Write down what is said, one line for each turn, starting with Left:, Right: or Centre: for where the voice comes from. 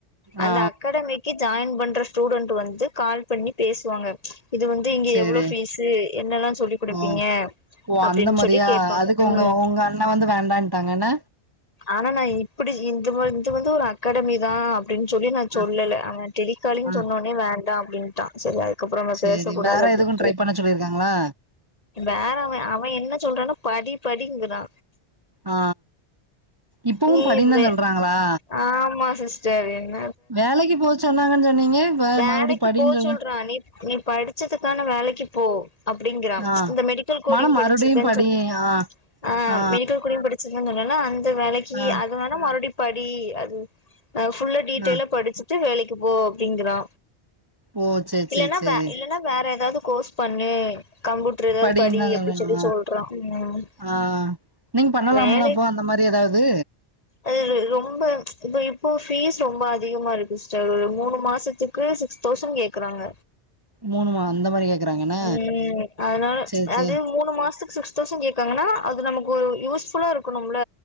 Left: அந்த
Right: ஆ
Left: அகாடமிக்கு ஜாயின் பண்ற ஸ்டூடென்ட் வந்து கால் பண்ணி பேசுவாங்க இது வந் து இங்க
Right: சேரி
Left: எவ்ளோ பீஸு என்னல்லா சொல்லி குடுப்பீங்க
Right: ஓ ஓ
Left: அப்டின்னு
Right: அந்த மாரியா
Left: சொல்லி கேப்பாங்க
Right: அதுக்கு
Left: ம்
Right: ஒங்க உங்க அண்ணா வந்து வேண்டான்ட்டாங்க என்ன
Left: ஆனா நா இப்டி இது வந் இது வந்து ஒரு அகாடமி தா அப்டின்னு சொல்லி நா சொல்லல
Right: ஆ
Left: அவுங்க டெலிகாலி்ங்
Right: ஆ
Left: சொன்னோனே வேண்டா அப்டின்னு டா செரி அதுக்கப்றோ நம்ம
Right: சேரி
Left: பேசக்கூடாது
Right: வேற
Left: அப்டிண்டு
Right: எதுக்கு ட்ரை பண்ண சொல்லிருக்காங்களா
Left: வேற அவெ அவெ என்ன சொல்றானா படி படிங்குறா
Right: ஆ இப்பவும்
Left: நீர்வே
Right: படின்தா சொல்றாங்களா
Left: ஆமா சிஸ்டர் என்ன
Right: வேலைக்கு போச் சொன்னாங்கன்னு சொன்னீங்க இப்ப
Left: வேலைக்கு
Right: மறுபடியு படின்னு
Left: போ
Right: சொல்ற
Left: சொல்றா நீ நீப் படிச்சதுக்கான வேலைக்கு போ அப்டிங்குறா
Right: ஆ
Left: இந்த மெடிக் கல் கோடிங்
Right: ஆனா
Left: படிச்ருக்கேன்
Right: மறுபடியு படி
Left: சொன்
Right: ஆ
Left: அ
Right: ஆ
Left: மெடிகல் கோடிங் <unintelligible> சென்னனா அந்த வேலைக்கு
Right: ஆ
Left: அது வேணா மறுடி படி அது ஃபுல் டீடெய்லா
Right: ஆ
Left: படிச்சுட்டு வேலைக்கு போ அப்டிங்குறா
Right: ஓ சேரி
Left: இல்லன்னா
Right: சேரி சேரி
Left: வே இல்லன்னா வேற ஏதாவது கோர்ஸ் பண்ணு கம்பூட் ட்ர் எதாது
Right: படின்னுதா
Left: படி
Right: சொல்றாங்க
Left: அப்டி சொல்லி
Right: ஆ
Left: சொல்றா ம்
Right: ஆ நீங்க பண்ணலாம்ல
Left: வேலை
Right: அப்போ அந்த மாரி எதாவது
Left: அ ரொம்ப இ இப்போ ஃபீஸ் ரொம்ப அதிகமா இருக்கு சிஸ்டர் ஒரு மூணு மாசத்து க்கே சிக்ஸ் தௌசண்ட் கேக்குறாங்க
Right: மூணு மா அந்த மாரி கேக்குறாங்க என்ன
Left: ம் அதுனால
Right: சேரி
Left: அதே
Right: சேரி
Left: மூணு மாசத்துக்கு சிக் தவுசன் கோங்கான்னா அது நமக்கு ஒ யூஸ்ஃபுல்லா இருக்கனும்ல